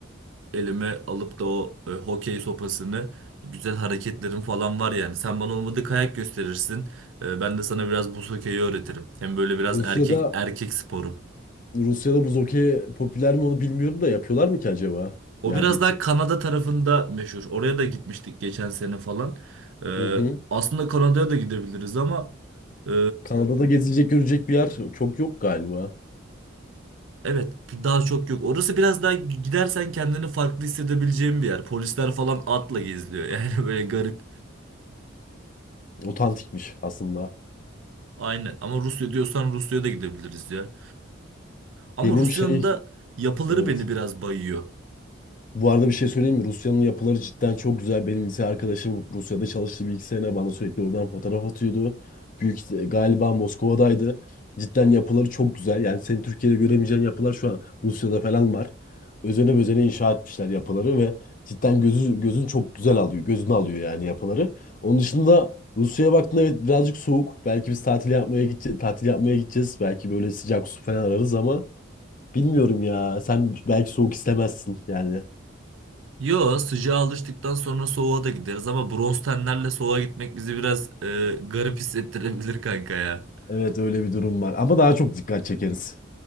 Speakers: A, on the right (about 70°); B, on the left (about 40°).
A: e, elime alıp da o e, hokey sopasını güzel hareketlerim falan var yani. Sen bana olmadı kayak gösterirsin. E, ben de sana biraz buz hokeyi öğretirim. Hem böyle biraz
B: Rusya'da
A: erkek erkek sporu.
B: Rusya'da buz hokeyi popüler mi onu bilmiyorum da yapıyorlar mı ki acaba?
A: O
B: Yani
A: biraz
B: gitsek.
A: daha Kanada tarafında meşhur. Oraya da gitmiştik geçen sene falan. E,
B: Hı hı.
A: aslında Kanada'ya da gidebiliriz ama e,
B: Kanada'da gezilecek görecek bir yer çok yok galiba.
A: Evet daha çok yok. Orası biraz daha gidersen kendini farklı hissedebileceğin bir yer. Polisler falan atla geziliyor <laughs> yani böyle garip.
B: Otantikmiş aslında.
A: Aynen ama Rusya diyorsan Rusya'ya da gidebiliriz ya. Ama
B: Benim
A: Rusya'nın
B: şey
A: da yapıları
B: evet.
A: beni biraz bayıyor.
B: Bu arada bir şey söyleyeyim mi? Rusya'nın yapıları cidden çok güzel. Benim lise arkadaşım Rusya'da çalıştı bir iki sene. Bana sürekli oradan fotoğraf atıyordu. Büyük ihti- galiba Moskova'daydı. Cidden yapıları çok güzel. Yani senin Türkiye'de göremeyeceğin yapılar şu an Rusya'da falan var. Özene bezene inşa etmişler yapıları ve cidden gözü, gözün çok güzel alıyor. Gözünü alıyor yani yapıları. Onun dışında Rusya'ya baktığında evet birazcık soğuk. Belki biz tatil yapmaya gideceğiz, tatil yapmaya gideceğiz. Belki böyle sıcak su falan ararız ama bilmiyorum ya. Sen belki soğuk istemezsin yani.
A: Yo sıcağa alıştıktan sonra soğuğa da gideriz ama bronz tenlerle soğuğa gitmek bizi biraz e, garip hissettirebilir kanka ya.
B: Evet öyle bir durum var. Ama daha çok dikkat çekeriz.